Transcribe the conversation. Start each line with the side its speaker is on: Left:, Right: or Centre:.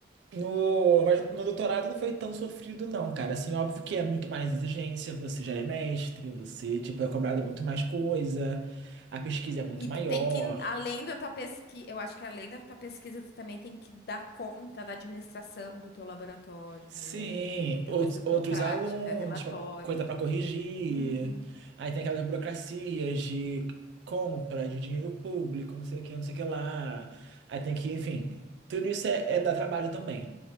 Right: No, mas no doutorado não foi tão sofrido, não, cara. Assim, óbvio que é muito mais exigência, você já é mestre, você, tipo, é cobrado muito mais coisa, a pesquisa é muito
Left: E
Right: maior,
Left: tu tem que, além da tua pesquisa, eu acho que além da tua pesquisa, tu também tem que dar conta da administração do teu laboratório.
Right: Sim,
Left: É muita
Right: outros,
Left: coisa burocrática,
Right: outros alunos,
Left: relatório.
Right: pra- coisa para corrigir.
Left: Uhum,
Right: Aí tem aquelas burocracias de compra de dinheiro público, não sei o que, não sei o que lá. Aí tem que, enfim, tudo isso é, é dar trabalho também.